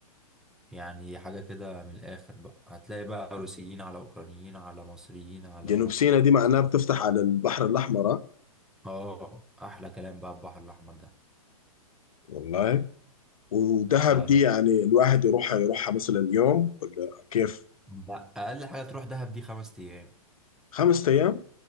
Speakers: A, in the centre; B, on the left.
A: يعني حاجة كده من الآخر بقى هتلاقي بقى روسيين على أوكرانيين على مصريين على
B: جنوب سيناء دي معناها بتفتح على البحر الاحمر ها؟
A: آه أحلى كلام بقى البحر الأحمر ده
B: والله ودهب
A: لا
B: دي
A: لا
B: يعني الواحد يروحها يروحها مثلا يوم ولا كيف
A: لا، أقل حاجة تروح دهب دي خمس أيام
B: خمس ايام